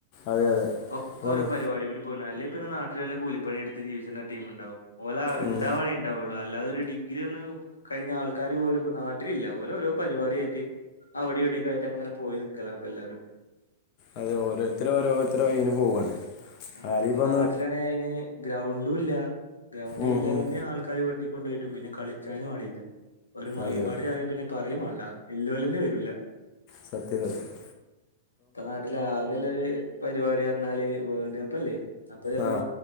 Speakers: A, on the left (about 45°); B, on the left (about 90°).
A: അതെ അതെ
B: ഒക്കൊ
A: അതാണ്
B: ഓരോ പര് വാടി ഇവിര് പോയിന്നാ അല്ലെ പിനെ ന്നാട്ടില് വല്ല കൂലി പണി എടുത്ത് ജീവച്ചിന്ന ടീം ഇണ്ടാവും ഓല ഇണ്ടാവണെൻ-
A: ഉം
B: ഉണ്ടാവുള്ളു അല്ലാതൊരു ഡിഗ്രിഒന്നും കഴിഞ്ഞ ആൾക്കാര് പോലും ഇപ്പൊ ന്നാട്ടിലില്ല ഓല് ഓരോ പരിപാടിയായിട്ട്. അവിടേം ഇവിടെക്കായ്ട്ട് അങ്ങനെ പോയി ന്നിക്കല ഇപ്പഎല്ലാരും.
A: അതെ ഓരോരുത്തര് ഓരോരുത്തര വഴില് പോവാണ്.
B: ആ
A: ആരിപ്പോ
B: ഇപ്പ ന്നാട്ട്ലേണെ
A: ഒന്ന്
B: അയ്ന് ഗ്രൗണ്ടുംല്ല ഗ്രൗണ്ട്
A: ഉം
B: ഇല്ല
A: ഉം
B: തന്നെ ആൾക്കാര് - ട്ടി കൊണ്ടോയ്ട്ടും പിനെ കളിച്ചാനും ആളില്ല ഒരു മൈപാട്
A: അതെ അതെ
B: കേറിയേ പിന്നെ പറയേം വേണ്ട. ഇല്ലോലെനെ വെരൂല
A: സത്യാ സത്യ.
B: ഇപ്പന്നാട്ടില് ആകെള്ളൊര് പരിപാടി പർഞ്ഞാല് വേൾ ട്കപ്പല്ലേ അപ്പ ചെലപ്പോ
A: ആ